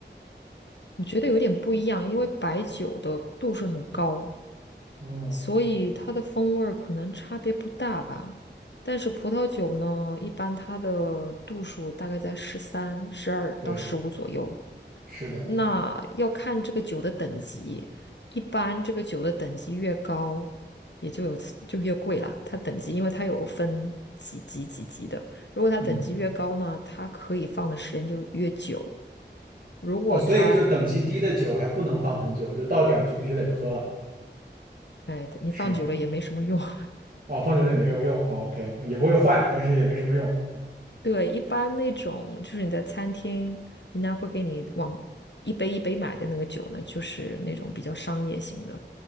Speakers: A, on the left (about 70°); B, on the right (about 50°).
A: 我觉得有点不一样，因为白酒的度数很高，
B: 哦，
A: 所以它的风味儿可能差别不大吧。但是葡萄酒呢，一般它的度数大概在十三、十二到十五左右，
B: 对，是的，
A: 那要看这个酒的等级，一般这个酒的等级越高，也就有就越贵啦。它等级，因为它有分几级几级的，如果它等级越高呢，
B: 嗯，
A: 它可以放的时间就越久。如果它，
B: 哦，所以就等级低的酒还不能放很久，就到点儿就必须得喝了，
A: 哎，你放久了也没什么用。
B: 是吗？
A: <laughs>
B: 哦，放久了也没有用。哦，OK，也不会坏，但是也没什么用啊
A: 对，一般那种就是你在餐厅，人家会给你往一杯一杯买的那个酒呢，就是那种比较商业型的，